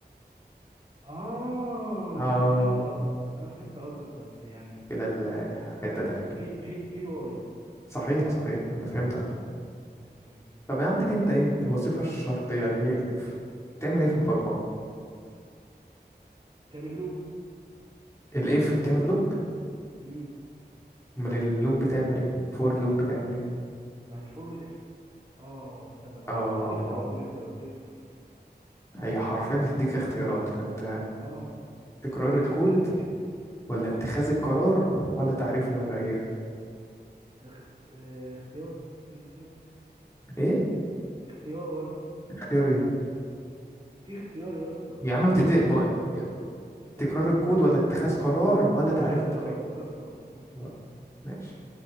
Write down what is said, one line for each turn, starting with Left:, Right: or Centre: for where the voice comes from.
Right: اه
Left: اه
Right: انا فهمت قصدك انا فهمت قصدك بس يعني
Left: كده الحتة داخل
Right: بي بي بي واي
Left: صحيح صحيح انت فهمتها
Right: امم
Left: طب عندك انت ايه الوظيفة الشرطية اللي هي الاف بتعمل
Right: امم
Left: ايه في البرمجة
Right: تعمل لوب
Left: الاف بتعمل لوب
Right: امم
Left: امال اللوب بتعمل ايه فور لوب بتعمل ايه
Right: ما هي الفور والاف اه استنى بقى
Left: اه
Right: الاف اديني اختيارات
Left: اه
Right: اديني اختيارات اديني اختيارات
Left: هي حرفيا بتديك اختيارات فانت
Right: اه
Left: تكرار
Right: اما انا
Left: الكود
Right: بتكلم في كده
Left: ولا اتخاذ
Right: اه
Left: القرار ولا تعريف
Right: اه
Left: متغير
Right: تخ... اه، اختيار تدي اختيار
Left: ايه
Right: اختيار
Left: اختيار ايه
Right: تدي اختيار يا اسطى الاختيار
Left: يا عم بتدي
Right: التاني
Left: بقى
Right: الاختيار
Left: تكرار
Right: التاني
Left: الكود
Right: يا اسطى
Left: ولا اتخاذ قرار ولا تعريف
Right: اتخاذ
Left: متغير
Right: قرار اتخاذ قرار اتخاذ قرار
Left: آه، ماشي